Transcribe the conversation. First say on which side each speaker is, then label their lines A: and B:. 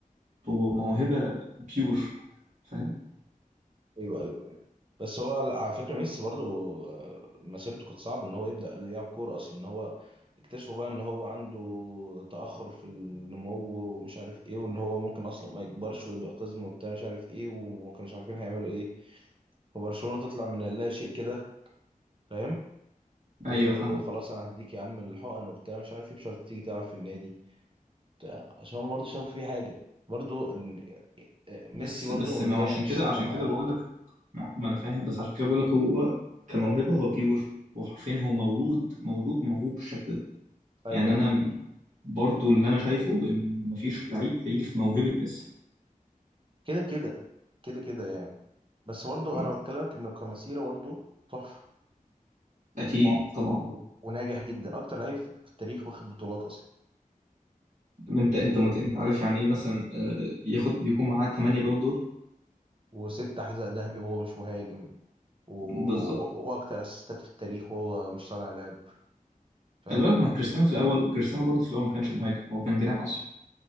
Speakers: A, on the right; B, on the right.
A: هو موهبة بيور فاهم
B: ايوه ايوه أيوة. بس هو على فكره ميسي برضو آه، مسيرته كانت صعبه ان هو يبدا يلعب كوره اصلا ان هو اكتشفوا بقى ان هو عنده تاخر في النمو ومش عارف ايه وان هو ممكن اصلا ما يكبرش ويبقى قزم وبتاع مش عارف ايه وما كانوش عارفين هيعملوا ايه فبرشلونه تطلع من اللا شيء كده فاهم ت-
A: ايوه
B: تقول
A: فاهم
B: له خلاص انا هديك يا عم الحقن وبتاع مش عارف ايه بشرط تيجي تلعب في النادي بتاع عشان هو برضه شاف فيه حاجه برضه ان آه، ميسي
A: بس
B: برضه
A: بس ما
B: الدنيا
A: هو عشان
B: مش
A: كده
B: سهله
A: عشان
B: معاه
A: كده بقول لك ما ما انا فاهم بس عشان كده بقول لك هو كموهبة هو بيور هو حرفيا هو مولود مولود موهوب بالشكل ده
B: ايوه
A: يعني انا
B: ايوه
A: برضو اللي انا شايفه ان مفيش لعيب هيجي في موهبة ميسي
B: كده كده كده كده يعني بس برضه
A: مم.
B: انا بتكلمك انه كمسيره برضه تحفه
A: اكيد
B: و-
A: طبعا
B: و- وناجح جدا اكتر لعيب في التاريخ واخد بطولات اصلا
A: انت انت مت... انت عارف يعني ايه مثلا آه، ياخد بيكون معاه 8 بالون دور
B: وست حذاء ذهبي وهو مش مهاجم و... و...
A: بالظبط
B: واكتر اسيستات في التاريخ وهو مش صانع لعب فاهم
A: خلي بالك ما كريستيانو في الاول كريستيانو برضه في الاول ما كانش مهاجم هو كان جناح اصلا